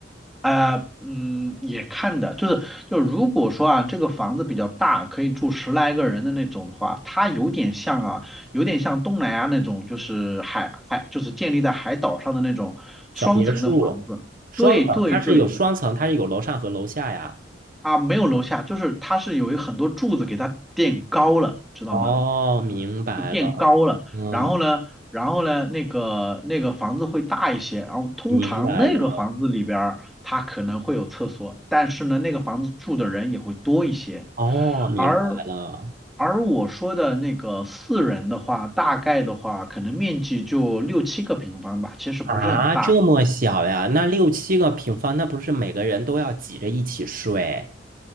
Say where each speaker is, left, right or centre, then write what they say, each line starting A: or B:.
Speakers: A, in the centre; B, on the right.
A: 呃，嗯，也看的，就是就如果说啊，这个房子比较大，可以住十来个人的那种的话，它有点像啊，有点像东南亚那种，就是海海，就是建立在海岛上的那种双层的房子。
B: 小别墅，双层，
A: 对对对，
B: 它是有双层，它是有楼上和楼下呀。
A: 啊，没有楼下，就是它是有一很多柱子给它垫高了，知道吗？
B: 哦，明白了。
A: 就垫高了，
B: 嗯，
A: 然后呢，然后呢，那个那个房子会大一些，然后通常那个房子里边儿它可能会有厕所，
B: 明白了。
A: 但是呢，那个房子住的人也会多一些，
B: 哦，明白了。
A: 而而我说的那个四人的话，大概的话，可能面积就六七个平方吧，其实不是很大。
B: 啊，这么小呀？那六七个平方，那不是每个人都要挤着一起睡？